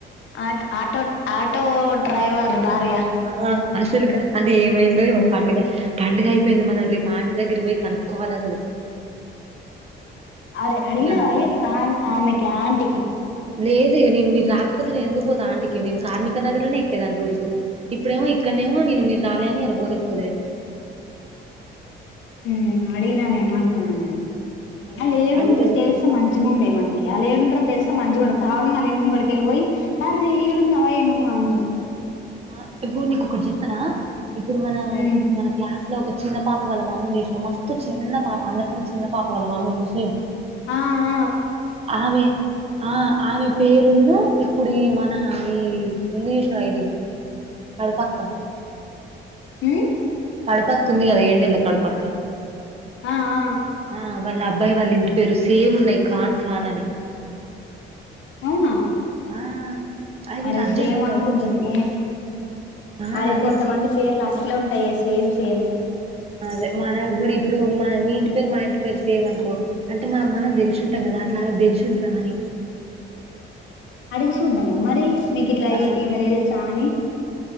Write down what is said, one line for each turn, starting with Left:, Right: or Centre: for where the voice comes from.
Left: ఆ ఆటో ఆటో డ్రైవర్ భార్య
Right: ఆ అసలు ఇక ఏమైందో ఏమో పండుగ పండుగ అయిపోయింది మనం రేపు ఆంటి దగ్గరికి పోయి కనుక్కోవాలి అసలు
Left: అరే అడిగినావే
Right: వాళ్ళు
Left: ఏ ఆ ఆమెకి ఆంటికి
Right: లేదు నేను మీరు రాకపోతే నేను ఎందుకు పోతా ఆంటికి నేను కార్మిక నగర్ లోనే ఎక్కేదాని రోజుకు ఇప్పుడేమో ఇక్కడనేమో నేను మీరు రాలే అని అలా బోనే పోలే
Left: ఉమ్ అడినా <unintelligible>
Right: అడగలే
Left: అళ్ ఏడుంటారు
Right: అడిగితే చెప్పకు
Left: తెలుసా మంచిగా ఉండే మనకి అ ఏడుంటో తెలిసే మంచిగా ఉ కావాల నల ఇంటి ముగడికి వెళ్లిపోయి అర్రే ఇడున్నావే నువ్వు అందు
Right: అ ఇప్పుడు నీకు ఒకటి చెప్పనా ఇప్పుడు మన
Left: హ్మ్.
Right: మన క్లాస్ లో ఒక చిన్న పాప వాళ్ళ మమ్మని చూసినం మస్తు చిన్న పాప అందరికన్నా చిన్న పాప వాళ్ల మమ్మీ ముస్లిం
Left: ఆహ
Right: ఆమె ఆ ఆమె పేరున్న ఇప్పుడు ఈ మన ఈ ముందు చూసిన ఇది కడప అక్క
Left: హ్మ్
Right: కడపక్క ఉంది కదా ఏడు నెల కడుపక్క
Left: ఆ ఆ
Right: ఆ వాళ్ళ అబ్బాయి వాళ్ళు ఇంటి పేరు సేమ్ ఉన్నాయి ఖాన్ ఖాన్ అని
Left: అవునా
Right: ఆ అది నేను
Left: అరే
Right: అది
Left: సేమ్
Right: చూసి నాకు
Left: అనుకుంటానే
Right: డౌట్ వచ్చింది ఆ
Left: అరే
Right: అదే
Left: కొంతమంది
Right: సే
Left: పేర్లు అ అట్లే ఉంటాయ సేమ్ సేమ్
Right: అదే మన కూడా ఇప్పుడు మా మీ ఇంటి పేరు మా ఇంటి పేరు సేమ్ అనుకో అంటే మనం మనం
Left: హ్మ్.
Right: దేలుసుంటాం కదా అట్లా దేలిసి ఉంటారా అని
Left: అడిగి సూద్దాం మరి మీకు ఇట్లా
Right: ఆ
Left: ఈ ఈమె తెలుసా అని